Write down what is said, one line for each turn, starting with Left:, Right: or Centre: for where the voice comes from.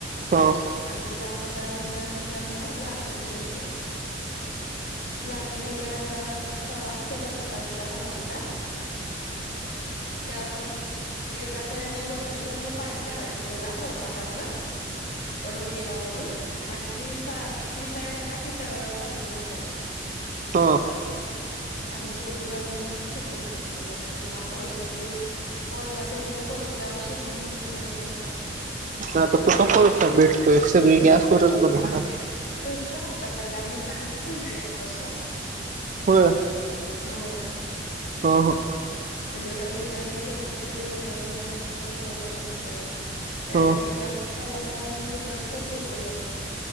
Right: हो.
Left: आणकी दहा पंधरा मिनटां नंतर न लाटून घ्यायचं. लाटून घेतल्यान आपला तवा असतो ना चपातीचा, भाकरीचा त्यावर एका साईडने वरच्या साईडने पाणी लावायच त्याला पोळपाटावर. रोटीला वरून आणि ती सा ती साईड हाय ना ती तव्यावर पालती घालायची.
Right: हा.
Left: आणि दोन्ही बाजून शेकून घ्यायची रोटी किंवा कोळशाची कोळसा पटवून कोळशावर शेकून घेतली तरी पण चालते.
Right: आता कुठं कोळसा भेटतोय सगळी गॅस वरच बनतात.
Left: आम्ही भेटतो आमच्याकडे आम्ही साठवून ठेवलेला आय कोळसा.
Right: होय?
Left: हो.
Right: हा हा.
Left: म्हणजे कधीतरी केव्हातरी रोट्या बनवण्यासाठी कोळसा लागतो. नायतर
Right: हो
Left: मग जास्त झाला तर आम्ही विकत पण देतो लोकां